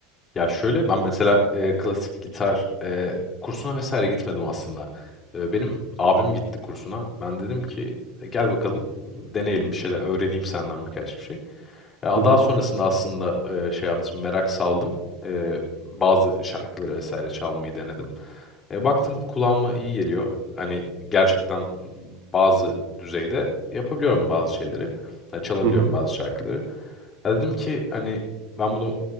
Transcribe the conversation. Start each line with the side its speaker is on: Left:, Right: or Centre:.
Left: Ya şöyle, ben mesela, eee, klasik gitar, eee, kursuna vesaire gitmedim aslında. Eee, benim abim gitti kursuna. Ben dedim ki, "E, gel bakalım, deneyelim bir şeyler, öğreneyim senden birkaç bir şey." Ya
Right: Hı hı.
Left: daha sonrasında aslında e, şey yaptım, merak saldım. E, bazı şarkıları vesaire çalmayı denedim. E, baktım kulağıma iyi geliyor. Hani gerçekten bazı düzeyde yapabiliyorum bazı şeyleri. Ha, çalabiliyorum
Right: Hı hı.
Left: bazı şarkıları. Ya dedim ki hani ben bunu